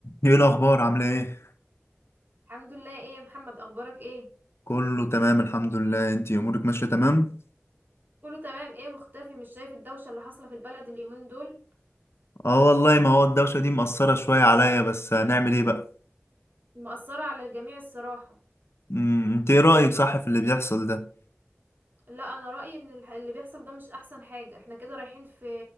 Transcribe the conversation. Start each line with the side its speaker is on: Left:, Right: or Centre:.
Left: ايه الاخبار عامله ايه
Right: الحمد لله ايه يا محمد اخبارك ايه
Left: كله تمام الحمد لله انتي امورك ماشيه تمام
Right: كله تمام ايه مختفي مش شايف الدوشه اللي حاصله في البلد اليومين دول
Left: اه والله ما هو الدوشه دي مأثره شويه عليا بس هنعمل ايه بقى
Right: مأثره على الجميع الصراحه
Left: امم انت ايه رايك صح في اللي بيحصل ده
Right: لا انا رأيي ان الح- اللي بيحصل ده مش احسن حاجه احنا كده رايحين في